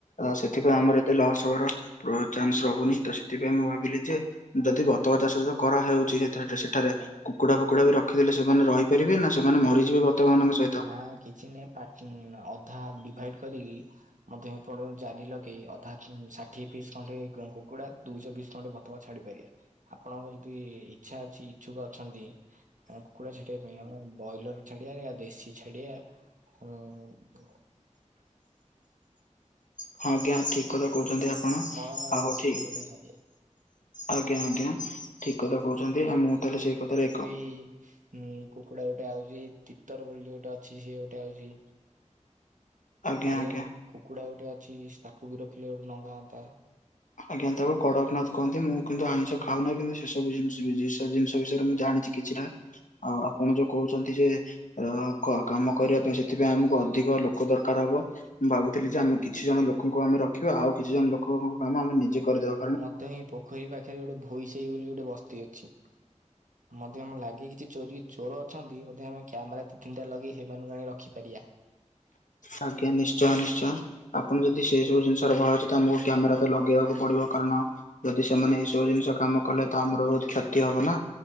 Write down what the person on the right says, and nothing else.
ନାଁ କିଛି ନାହିଁ ପାଟ୍ ଅଧା ଡିଭାଇଡ୍ କରିକି ମଧ୍ୟ୍ୟ ହେପଟକୁ ଜାଲି ଲଗେଇ ଅଧା ଷାଠିଏ ପିସ୍ ଖଣ୍ଡେ କୁକୁଡ଼ା ଦୁଇଶହ ପିସ୍ ଖଣ୍ଡେ ବ ତ ଛାଡ଼ିପାରିବେ ଆପଣଙ୍କ ଯଦି ଇଚ୍ଛା ଅଛି ଇଚ୍ଛୁକ ଅଛନ୍ତି ହଁ କୁକୁଡ଼ା ଛାଡ଼ିବା ପାଇଁ ଆମେ ବ୍ରଏଲର ଛାଡ଼ିବା ନା ଦେଶୀ ଛାଡ଼ିବା ଆଉ
କଳପା
ବି
ଅଛି
ଗୋଟେ ଛାଡିବା।
ଇ ହୁଁ କୁକୁଡ଼ା ଗୋଟେ ଆଉଛି ତିତର ବୋଲି ଗୋଟେ ଅଛି ସିଏ ଗୋଟେ ଆଉଛି।
କାଳିଆ
କୁ-କୁକୁଡ଼ା ଗୋଟେ ଅଛି ତାକୁ ବି ରଖିଲେ ଗୋଟେ ନଙ୍ଗା ହଅନ୍ତା।
ମଧ୍ୟ ହିଁ ପୋଖରୀ ପାଖରେ ଗୋଟେ ଭୋଇ ସାହୀ ବୋଲି ଗୋଟେ ବସ୍ତି ଅଛି। ମଧ୍ୟ ଆମେ ଲାଗିକି କିଛି ଚୋରି ଚୋର ଅଛନ୍ତି ମଧ୍ୟ ଆମେ କ୍ୟାମେରା ଦି ତିନିଟା ଲଗେଇକି ସେମାନଙ୍କୁ ଆଣି ରଖିପାରିବା।